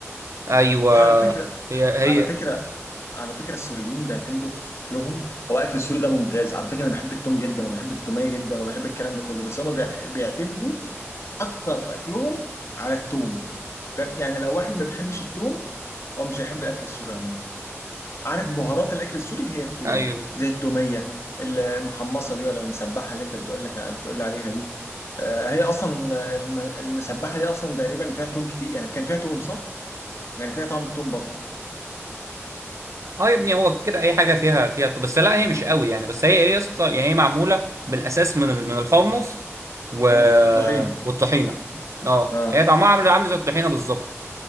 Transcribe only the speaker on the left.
على فكرة
على
فكرة على فكرة السوريين بيعتمدوا في أكلهم هو أكل السوري ده ممتاز على فكرة أنا بحب التوم جدا وبحب التومية جدا وبحب الكلام ده كله بس هما بيع- بيعتمدوا أكتر في أكلهم على التوم فاهم يعني لو واحد ما بيحبش التوم هو مش هيحب الأكل السوري عموما عارف بهارات الأكل السوري هي التوم
زي التومية المحمصة دي ولا المسبحة اللي أنت بتقول لك بتقول لي عليها دي آه، هي أصلا آه، الم- المسبحة دي أصلا تقريبا فيها توم كتير يعني كان فيها توم صح؟ يعني فيها طعم التوم برضه
مم. والطحين
اه